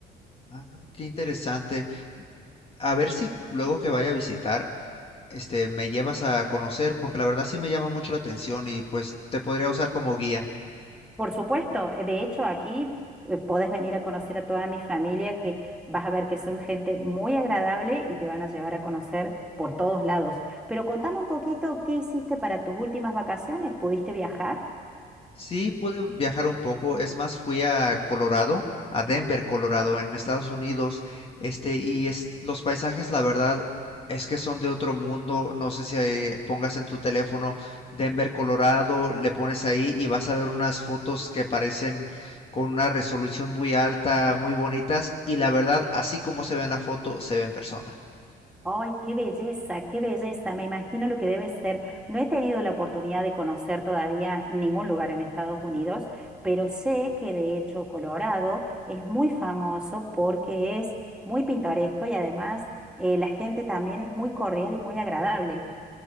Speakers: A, on the left; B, in the centre.
A: Ah, qué interesante. A ver si luego que vaya a visitar, este, me llevas a conocer, porque la verdad sí me llama mucho la atención y pues te podría usar como guía.
B: Por supuesto, eh, de hecho aquí eh, podés venir a conocer a toda mi familia que vas a ver que son gente muy agradable y te van a llevar a conocer por todos lados. Pero contame un poquito qué hiciste para tus últimas vacaciones, ¿pudiste viajar?
A: Sí, pude viajar un poco, es más, fui a Colorado, a Denver, Colorado, en Estados Unidos, este, y es, los paisajes, la verdad, es que son de otro mundo, no sé si eh, pongas en tu teléfono Denver, Colorado, le pones ahí y vas a ver unas fotos que parecen con una resolución muy alta, muy bonitas, y la verdad, así como se ve en la foto, se ve en persona.
B: Ay, qué belleza, qué belleza. Me imagino lo que debe ser. No he tenido la oportunidad de conocer todavía ningún lugar en Estados Unidos, pero sé que de hecho Colorado es muy famoso porque es muy pintoresco y además eh, la gente también es muy cordial y muy agradable.